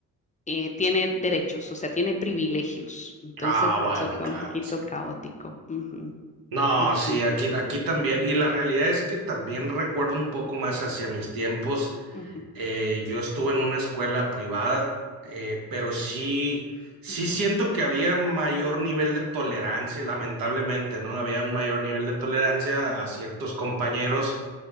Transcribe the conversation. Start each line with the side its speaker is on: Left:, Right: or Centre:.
Left: eh, tiene derechos, o sea, tiene privilegios. Entonces,
Right: Ah,
Left: eso
Right: bueno,
Left: fue
Right: claro.
Left: un poquito
Right: sí.
Left: caótico. Ujú.
Right: No,
Left: Ujú,
Right: sí, aquí, aquí también. Y la realidad es que también recuerdo un poco más hacia mis tiempos.
Left: ujú,
Right: Eh, yo estuve en una escuela privada, eh, pero sí, sí
Left: ujú,
Right: siento que había mayor nivel de tolerancia, lamentablemente, ¿no? Había un mayor nivel de tolerancia a ciertos compañeros